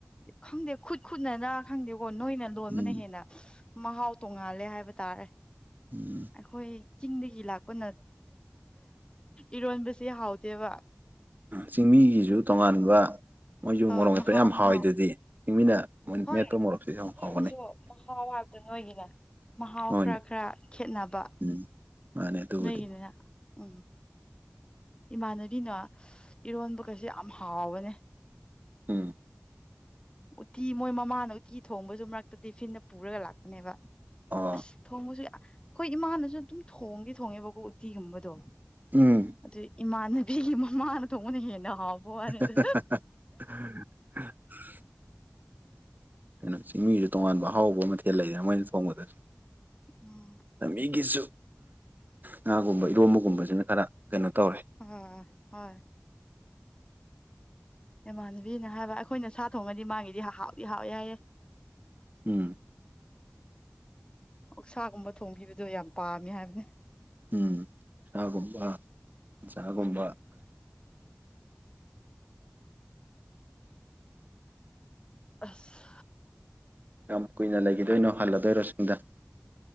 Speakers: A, on the left; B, on the right.
A: ꯈꯪꯗꯦ ꯈꯨꯠ ꯈꯨꯠꯅꯅ ꯈꯪꯗꯦꯀꯣ ꯅꯣꯏꯅ ꯂꯣꯟꯕꯅ
B: ꯎꯝ
A: ꯍꯦꯟꯅ ꯃꯍꯥꯎ ꯇꯣꯡꯉꯥꯜꯂꯦ ꯍꯥꯏꯕ ꯇꯥꯔꯦ
B: <unintelligible>
A: ꯑꯩꯈꯣꯏ ꯆꯤꯡꯗꯒꯤ ꯂꯥꯛꯄꯅ ꯏꯔꯣꯟꯕꯁꯦ ꯍꯥꯎꯗꯦꯕ
B: ꯆꯤꯡꯃꯤꯒꯤꯁꯨ ꯇꯣꯉꯥꯟꯕ ꯃꯣꯏꯁꯨ
A: ꯍꯣꯏ
B: ꯃꯣꯔꯣꯛ ꯃꯦꯠꯄ
A: ꯃꯍꯥꯎ
B: ꯌꯥꯝ ꯍꯥꯎꯋꯤꯗꯨꯗꯤ
A: ꯃꯍꯥꯎ
B: ꯆꯤꯡꯃꯤꯅ
A: ꯍꯣꯏ
B: ꯃꯦꯠꯄ ꯃꯣꯔꯣꯛꯁꯤꯁꯨ ꯌꯥꯝ
A: ꯑꯗꯨ
B: ꯍꯥꯎꯕꯅꯦ
A: ꯑꯣꯏꯔꯁꯨ ꯃꯍꯥꯎ ꯍꯥꯏꯕꯗ ꯅꯣꯏꯒꯤꯅ ꯃꯍꯥꯎ
B: ꯍꯣꯏꯅꯦ
A: ꯈꯔ ꯈꯔ ꯈꯦꯠꯅꯕ
B: ꯎꯝ ꯃꯥꯅꯦ ꯑꯗꯨꯕꯨꯗꯤ
A: ꯅꯣꯏꯒꯤꯅꯤꯅ ꯎꯝ ꯏꯃꯥꯟꯅꯕꯤꯅ ꯏꯔꯣꯟꯕ ꯀꯁꯦ ꯌꯥꯝ ꯍꯥꯎꯕꯅꯦ
B: ꯎꯝ
A: ꯎꯠꯇꯤ ꯃꯣꯏ ꯃꯃꯥꯅ ꯎꯇꯤ ꯊꯣꯡꯕꯁꯨ ꯃꯔꯛꯇ ꯇꯤꯐꯤꯟꯗ ꯄꯨꯔꯒ ꯂꯥꯛꯄꯅꯦꯕ
B: ꯑꯣ
A: ꯑꯁ ꯊꯣꯡꯕꯁꯨ ꯑꯩꯈꯣꯏ ꯏꯃꯥꯅꯁꯨ ꯑꯗꯨꯝ ꯊꯣꯡꯗꯤ ꯊꯣꯡꯉꯦꯕꯀꯣ ꯎꯇꯤꯒꯨꯝꯕꯗꯣ
B: ꯎꯝ
A: ꯑꯗꯨ ꯏꯃꯥꯟꯅꯕꯤꯒꯤ ꯃꯃꯥꯅ ꯊꯣꯡꯕꯅ ꯍꯦꯟꯅ ꯍꯥꯎꯕ
B: <unintelligible>
A: ꯋꯥꯅꯤꯗ
B: ꯀꯩꯅꯣ ꯆꯤꯡꯃꯤꯁꯨ ꯇꯣꯉꯥꯟꯕ ꯑꯍꯥꯎꯕ ꯃꯊꯦꯜ ꯂꯩꯗꯅ ꯃꯣꯏꯅ ꯊꯣꯡꯕꯗ
A: ꯎꯝ
B: ꯃꯤꯒꯤꯁꯨ ꯉꯥꯒꯨꯝꯕ ꯏꯔꯣꯝꯕꯒꯨꯝꯕꯁꯤꯅ ꯈꯔ ꯀꯩꯅꯣ ꯇꯧꯔꯦ
A: ꯎꯝ ꯍꯣꯏ ꯏꯃꯥꯟꯅꯕꯤꯅ ꯍꯥꯏꯕ ꯑꯩꯈꯣꯏꯅ ꯁꯥ ꯊꯣꯡꯉꯗꯤ ꯃꯥꯒꯤꯗꯤ ꯍꯥꯎꯗꯤ ꯍꯥꯎꯋꯦ ꯍꯥꯏꯑꯦ
B: ꯎꯝ
A: ꯑꯣꯛꯁꯥꯒꯨꯝꯕ ꯊꯣꯡꯈꯤꯕꯗꯣ ꯌꯥꯝ ꯄꯥꯝꯃꯤ ꯍꯥꯏꯕꯅꯦ
B: ꯎꯝ ꯁꯥꯒꯨꯝꯕ ꯆꯒꯨꯝꯕ
A: ꯎꯝ ꯑꯁ
B: ꯌꯥꯝ ꯀꯨꯏꯅ ꯂꯩꯒꯤꯗꯣꯏꯅꯣ ꯍꯜꯂꯗꯣꯏꯔꯣ ꯁꯤꯡꯗ